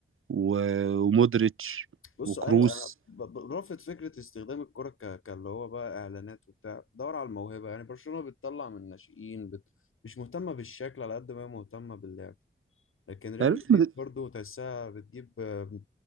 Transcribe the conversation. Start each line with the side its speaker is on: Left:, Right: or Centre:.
Right: و- ومودريتش
Left: بصوا
Right: وكروس
Left: ايوه انا ب- ب- برافض فكره استخدام الكره ك... كاللي هو بقى اعلانات وبتاع دور على الموهبه يعني برشلونة بتطلع من الناشئين بت... مش مهتمه بالشكل على قد ما هي مهتمه باللعب لكن ريال
Right: ريال
Left: مدريد
Right: مدريد
Left: برضه تحسها بتجيب آه،